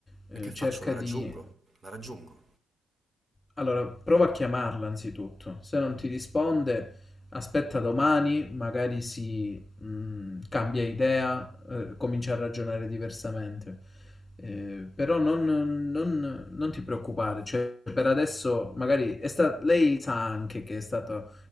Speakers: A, on the left; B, on the right.
A: Eh,
B: E che faccio?
A: cerca
B: La raggiungo,
A: di
B: la raggiungo.
A: Allora, prova a chiamarla anzitutto. Se non ti risponde, aspetta domani, magari si mh, cambia idea, eh, comincia a ragionare diversamente. Eh, però non, non- non ti preoccupare, cioè per adesso magari è sta- lei sa anche che è stata